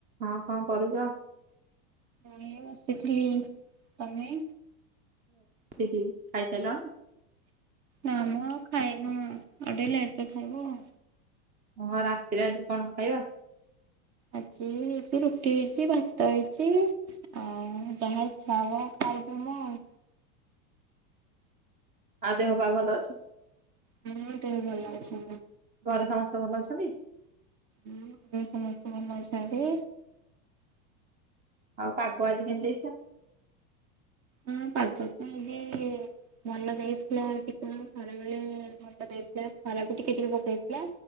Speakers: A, on the right; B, on the right.
A: ହଁ କଣ କରୁଛ?
B: ମୁଇଁ ବସିଥିଲି। ତମେ?
A: ବସିଚି ଖାଇସାଇଲଣି?
B: ନାଁ ମ ଆଉ ଖାଇନୁ ଆଉ ଟିକେ ଲେଟରେ ଖାଇବୁ ଆଉ।
A: ହଁ ରାତିରେ ଆଜି କଣ ଖାଇବା?
B: ଆଜି ହେଇଛି ରୁଟି ହେଇଚି ଭାତ ହେଇଚି। ଆଉ ଯାହା ଇଚ୍ଛା ହବ ଖାଇବି ମୁଁ ଆଉ।
A: ଆଉ ଦେହ ପା ଭଲ ଅଛି?
B: ହୁଁ ଦେହ ଭଲ ଅଛି।
A: ଘରେ ସମସ୍ତେ ଭଲ ଅଛନ୍ତି?
B: ହୁଁ ଘରେ ସମସ୍ତେ ଭଲ ଅଛନ୍ତି।
A: ଆଉ ପାଗ
B: ଆପଣଙ୍କ
A: ଆଜି କେମିତି ଦେଇଥିଲା?
B: ହୁଁ ପାଗ ତ ଆଜି ଭଲ ଦେଇଥିଲା କେତେବେଳେ ଖରାବେଳେ ଭଲ ଦେଇଥିଲା ଖରା ବି ଟିକେ ଟିକେ ପକେଇଥିଲା।